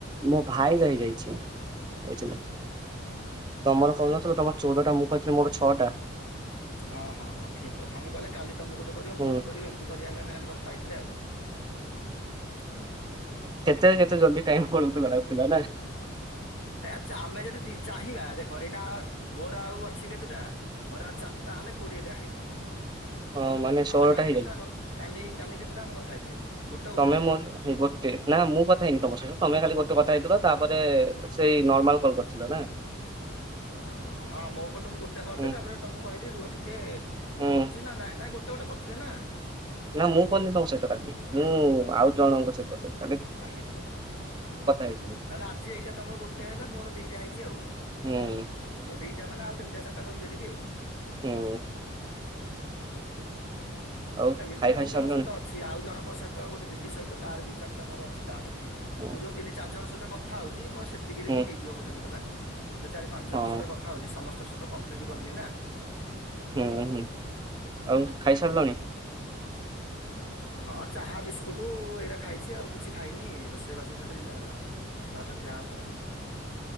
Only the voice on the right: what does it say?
ମୋ ଭାଇ ରହିଯାଇଛି ବୁଝିଲ।
ତମର କହୁ ନଥିଲ ତମର ଚଉଦଟା ମୁଁ କହିଥିଲି ମୋର ଛଅଟା।
ହୁଁ
କେତେ- କେତେ ଜଲ୍ଦି ଟାଇମ୍ ପଳଉଥିଲା ଲାଗୁଥିଲା ନା।
ହୁଁ ମାନେ ଷୋହଳଟା
ହେଇଯାଇଛି।
ତମେ- ମୋର୍ ଗୋଟେ। ନା ମୁଁ କଥା ହେଇନି ତମ ସହିତ ତମେ ଖାଲି ଗୋଟେ କଥା ହେଇଥିଲ ତାପରେ ସେଇ ନର୍ମାଲ୍ କଲ୍ କରିଥିଲ ନା।
ହୁଁ
ହୁଁ
ନା ମୁଁ କରିନି ତମ ସହିତ କାଲି ମୁଁ ଆଉ ଜଣଙ୍କ ସହିତ କଲି।
ହେଇଥିଲି
ହୁଁ।
ହୁଁ। ଆଉ
ଖାଇ
ଖାଇ ସାରିଲଣି
ହୁଁ
ହୁଁ
ହଁ
ହୁଁ ହୁଁ ଆଉ ଖାଇସାରିଲଣି।